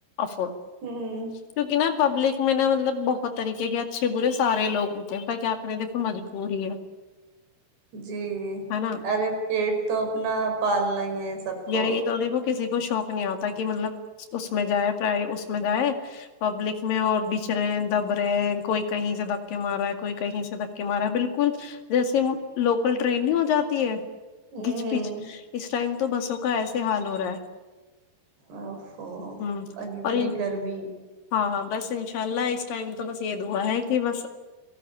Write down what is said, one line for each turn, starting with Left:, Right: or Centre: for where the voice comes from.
Left: افڈ
Right: ہ
Left: کیونک نا پبلک میں نا مطلب بہت طریقے کے اچھے برے سارے لوگ ہوتے ہیں پر کیا کریں دیکھو مجبور ہی ہے
Right: جی
Left: ہے نا
Right: ارے پیٹ تو اپنا پالنا ہی ہے سب
Left: یای
Right: کو
Left: تو کسی کو شوق نہیں آتا کہ مطلب اس میں جائے پرائی اس میں جائے پبلک میں اور بچھ رہے ہیں دب رہے ہیں کوئی کہیں سے دھکے مار رہا ہے کوئی کہیں سے دھکے مار رہا ہے بالکل جیسے لوکل ٹرین نہیں ہو جاتی ہے
Right: ہوں
Left: گچ پچ اس ٹائم تو بسوں کا ایسے حال ہو رہا ہے
Right: او
Left: ہ
Right: اور اتنی
Left: ان-
Right: گرمی
Left: ہاں ہاں بس انشاء اللہ اس ٹائم تو بس یہ دعا ہے کہ بس